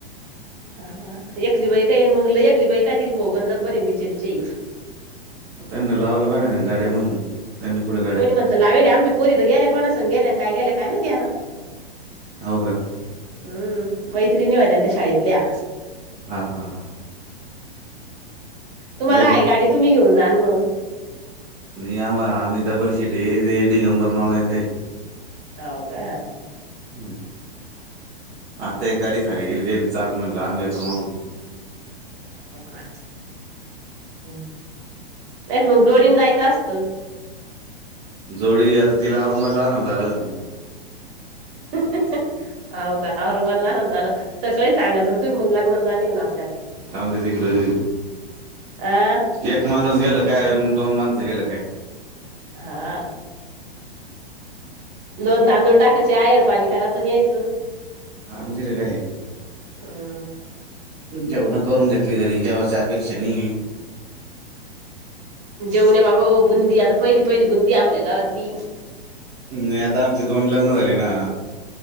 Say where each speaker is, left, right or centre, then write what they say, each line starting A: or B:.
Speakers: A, on the right; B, on the right.
A: हा हा एकली बाई काय मग एकली बाई काय त भोगण ज बरे बिचरीचे.
B: त्यांना लावायला पायजे ना गाड्या मंग? त्यांन कुठं
A: कोणी म्हणतं लावेल. आमच्या पोरी तर गेल्या कोणा संग गेल्यान काय गेल्या काय माहिती आता.
B: हाव का?
A: हम्म, मैत्रिणी होत्यानं त्या शाळेतल्या.
B: हा हा
A: तुम्हाला
B: एक
A: आहे गाडी तुम्ही घेऊन जान मंग.
B: नाई आम्हा आम्ही डबल शीटयेे ते डीगंबर मामा येते.
A: हाव का.
B: हम्म,, आता एक गाडी खाली गेली जे चाल म्हणलं आम्ही तुम्हाला मग
A: <inaudible> का नाहीत मग, जोडीन जायचं असतं.
B: जोडी, आता तिला आवरमला <inaudible> लागल मग.
A: हो का ह औरवाडला लाग झालं, सकाळी <inaudible> चांगा जाल तु लग्न जाणे म्ह
B: जाऊंदे तिकडं,,
A: आ
B: एक माणूस गेल काय अन दोन माणसं गेलं काय
A: हा.. दोन तांदूळ टाकायचे, आयर पाणी करायचं आणी यायचं.
B: ह <unintelligible> म काय
A: अं
B: जेवणं करून घेतली घरी,, जेवाची अपेक्षा नई.
A: जेवण आहे बाबा बुंदी,, आता पहिली पहिली बुंदीय आपल्या गावातली.
B: नाही आता आमचे दोन लग्नं झाले ना